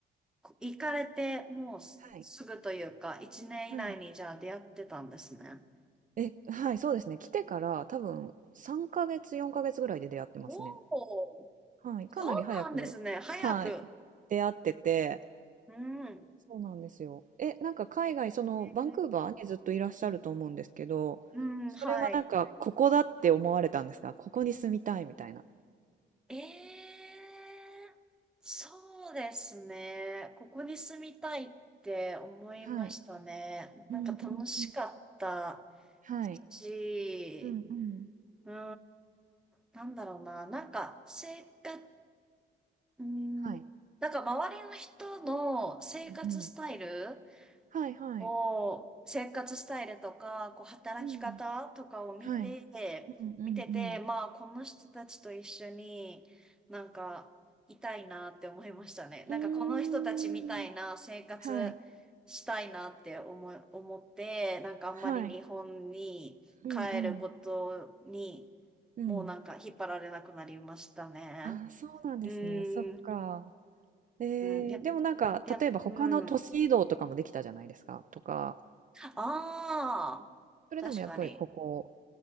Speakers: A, in the centre; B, on the right (about 40°).
A: こ行かれて、もうすすぐというか、
B: はい。
A: 1年以内にじゃあ出会ってたんですね。
B: はい。え、はい、そうですね。来てから多分3ヶ月、4ヶ月ぐらいで出会ってますね。
A: おお、
B: はい。かなり早く、
A: そうなんですね。早く。
B: はい、出会ってて、
A: うん。
B: そうなんですよ。え、なんか海外、そのバンクーバーにずっといらっしゃると思うんですけど、
A: えー、うん、
B: それはなんかここだって思われたんですかここに住みたいみたいな。
A: はい。ええそうですね。ここに住みたいって思いましたね。
B: はい。
A: なんか楽しかった
B: うんうん。はい。
A: し、
B: うんうん。
A: うーん、なんだろうな。なんか生活、うーん、
B: はい。
A: なんか周りの人の生活スタイル
B: うん。はいはい。
A: を、生活スタイルとか、こう、働き方とかを見て、
B: うん。はい。うんうんうん。
A: 見てて、まあ、この人たちと一緒になんか、いたいなって思いましたね。なんか、
B: うーん。
A: この人たちみたいな生活したいなって思い、
B: はい。
A: 思って、なんか、あんまり日本に帰ることに、
B: はい。うんうん。うん。
A: もうなんか、引っ張られなくなりましたね。
B: あそうなんですね。
A: うーん、
B: そっか。
A: う
B: えー、
A: ーん、や、
B: でもなんか、
A: や、
B: 例えば他の都市移動とかもできたじゃないですか。
A: うん。
B: とか、
A: ああ、
B: それでもやっぱりここ
A: 確かに。